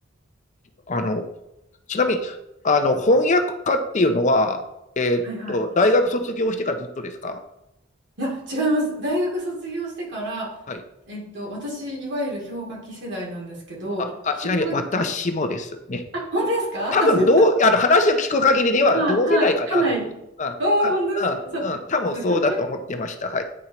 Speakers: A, on the left (about 35°); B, on the right (about 60°).
A: あの、ちなみに、あの、翻訳家っていうのは、
B: はいはい。
A: と大学卒業してからずっとですか
B: いや、違います。大学卒業してから、
A: はい。
B: えっと、私、いわゆる氷河期世代なんですけど、
A: あ、あ、ちなみに私もですね。
B: 氷河期、あ本当ですか
A: 多分どう、
B: <laughs>
A: あの話を聞く限りでは同世代かなと思って、
B: はいはい、かなり。
A: うんか
B: おお、本当ですか。そう、
A: うんうん、多分そうだと思ってました。
B: そう、氷河
A: はい。